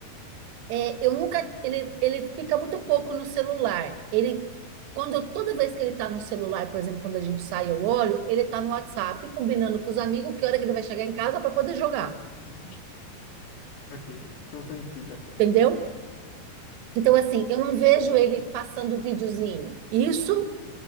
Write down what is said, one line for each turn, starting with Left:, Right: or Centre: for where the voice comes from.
Right: é, eu nunca, ele, ele fica muito pouco no celular. Ele, quando eu- toda vez que ele está no celular, por exemplo, quando a gente sai, eu olho, ele está no WhatsApp, combinando com os amigos que hora que ele vai chegar em casa para poder jogar,
Left: <laughs> Ok. Compreensível.
Right: entendeu? Então, assim, eu não vejo ele passando videozinho. Isso,